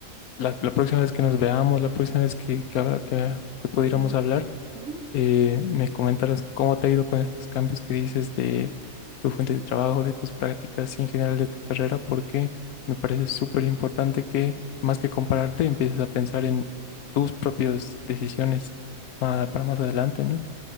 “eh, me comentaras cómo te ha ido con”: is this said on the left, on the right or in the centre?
Left